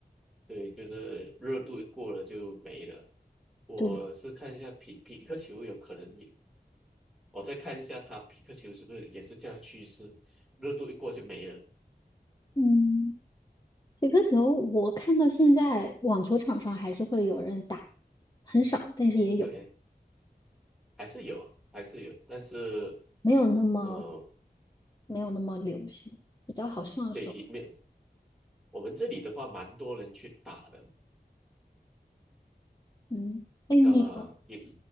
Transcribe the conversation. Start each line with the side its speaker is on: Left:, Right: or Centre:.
Centre: 对，就是热度一过了就没了。我是看一下匹匹克球有可能也，
Left: 对，
Centre: 我再看一下它匹克球是不是也是这样的趋势，热度一过就没了。
Left: 嗯，雪个球，我看到现在网球场上还是会有人打，很少，但是也有，
Centre: 对，还是有，还是有，但是
Left: 没有那么
Centre: 呃，
Left: 没有那么流行，比较好上手。
Centre: 对，也没有。我们这里的话，蛮多人去打的。
Left: 嗯，哎，你，
Centre: 呃，也